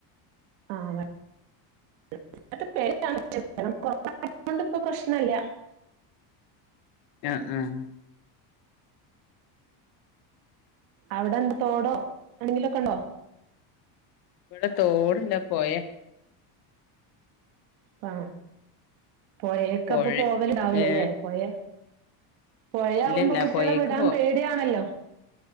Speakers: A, on the right; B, on the left.
A: ആഹ് <unintelligible> അത് കൊണ്ടിപ്പോ പ്രശ്നല്ല
B: ആഹ് ആഹ്
A: അവിടെന്ത തോടോ എന്തെങ്കിലൊക്കൊണ്ടോ
B: ഇവിട തോടില്ല പോയ
A: പാ പൊഴേക്ക്
B: പൊഴെ
A: അപ്പൊ പോവലുണ്ടാവ്‌ല
B: ഏഹ്
A: ലെ പൊഴേ പൊഴയാവുമ്പോ
B: ഇല്ലല്ല
A: കുട്ടിയാളെ
B: പൊയേക്ക്
A: വിടാൻ പേടിയാണല്ലോ